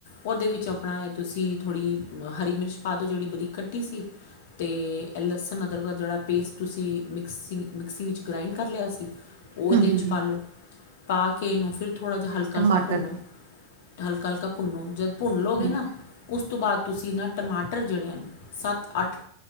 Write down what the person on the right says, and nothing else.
ਹੂੰ
ਹੂੰ ਹੂੰ
ਟਮਾਟਰ
ਹੂੰ